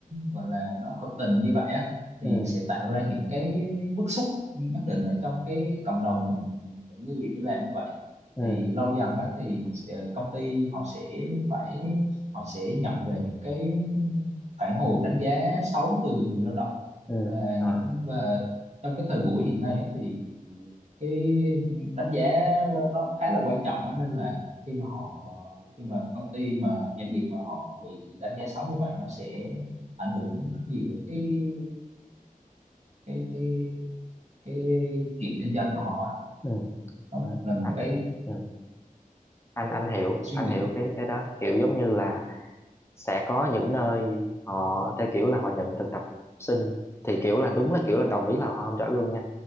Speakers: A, on the right; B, on the left.
A: gọi là nó hợp tình như vậy á thì
B: ừ
A: sẽ tạo ra những cái bức xúc nhất định ở trong cái cộng đồng những người đi làm như vậy
B: ừ
A: thì lâu dần á thì sẽ- công ty họ sẽ phải họ sẽ nhận về những cái phản hồi đánh giá xấu từ người lao động
B: ừ
A: và
B: à
A: những và trong cái thời buổi hiện nay á, thì cái đánh giá nó khá là quan trọng á, nên là khi mà họ khi mà công ty mà doanh nghiệp mà họ bị đánh giá xấu như vậy nó sẽ ảnh hưởng rất nhiều đến cái cái cái cái chuyện kinh doanh của họ á.
B: ừ
A: đó là một
B: anh
A: cái
B: ừ. anh anh hiểu
A: suy
B: anh
A: nghĩ
B: hiểu cái cái đó kiểu giống như là sẽ có những nơi họ theo kiểu là họ nhận thực tập sinh thì kiểu là đúng là kiểu là đồng ý là họ không trả lương nha